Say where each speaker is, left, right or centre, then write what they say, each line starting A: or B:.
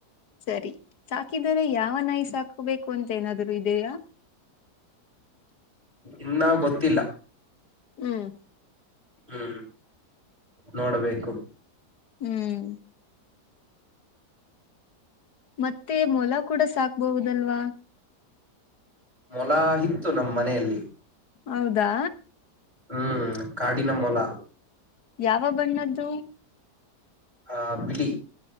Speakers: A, on the left; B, on the right.
A: ಸರಿ ಸಾಕಿದರೆ ಯಾವ ನಾಯಿ ಸಾಕು ಹಾಕಬೇಕು ಅಂತ ಏನಾದ್ರು ಇದೆಯಾ
B: ಇನ್ನೂ ಗೊತ್ತಿಲ್ಲ
A: ಹ್ಮ್
B: ಹ್ಮ್ ನೋಡಬೇಕು
A: ಹ್ಮ್ ಮತ್ತೆ ಮೊಲ ಕೂಡ ಸಾಕ್ಬಹುದಲ್ವಾ
B: ಮೊಲ ಇತ್ತು ನಮ್ಮ ಮನೆಯಲ್ಲಿ
A: ಹೌದಾ
B: ಹ್ಮ್ ಕಾಡಿನಮ್ಮಲ
A: ಯಾವ ಬಣ್ಣದ್ದು
B: ಆ ಬಿಳಿ